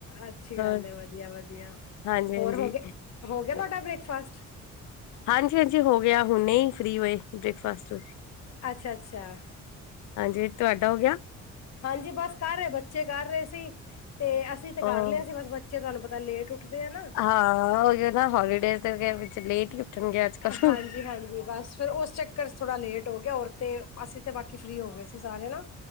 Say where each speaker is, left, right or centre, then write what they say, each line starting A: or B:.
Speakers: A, on the left (about 60°); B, on the left (about 75°).
A: ਅੱਛੀ ਗੱਲ
B: ਹੋਰ
A: ਏ ਵਧੀਆ-ਵਧੀਆ।
B: ਹਾਂਜੀ
A: ਹੋਰ
B: ਹਾਂਜੀ
A: ਹੋਗੇ ਹੋ ਗਿਆ ਤੁਹਾਡਾ ਬ੍ਰੇਕਫਾਸਟ।
B: ਹਾਂਜੀ-ਹਾਂਜੀ ਹੋ ਗਿਆ ਹੁਣੇ ਹੀ ਫ੍ਰੀ ਹੋਏ ਬ੍ਰੇਕਫਾਸਟ
A: ਅੱਛਾ-ਅੱਛਿਆ
B: ਹਾਂਜੀ, ਤੁਹਾਡਾ ਹੋ ਗਿਆ?
A: ਹਾਂਜੀ, ਬਸ ਕਰ ਰਹੇ ਬੱਚੇ ਕਰ ਰਹੇ ਸੀ, ਤੇ ਅਸੀਂ ਤੇ ਕਰ
B: ਉਹ
A: ਲਿਆ ਸੀ ਬਸ ਬ ਚੇ ਤੁਹਾਨੂੰ ਪਤਾ ਲੇਟ ਉੱਠਦੇ ਆ ਨਾ।
B: ਹਾਂ, ਓਹੀਓ ਨਾ ਹੋਲੀਡੇਜ <unintelligible> ਲੇਟ ਹੀ ਉੱਠਣਗੇ ਅੱਜ ਕੱਲ
A: ਹਾਂਜੀ-ਹਾਂਜੀ ਬਸ ਫੇਰ ਉਸ ਚੱਕ ਰ ਚ ਥੋੜਾ ਲੇਟ ਹੋ ਗਿਆ ਔਰ ਤੇ ਅਸੀਂ ਤੇ ਬਾਕੀ ਫ੍ਰੀ ਹੋ ਗਏ ਸੀ ਸਾਰੇ ਨਾ।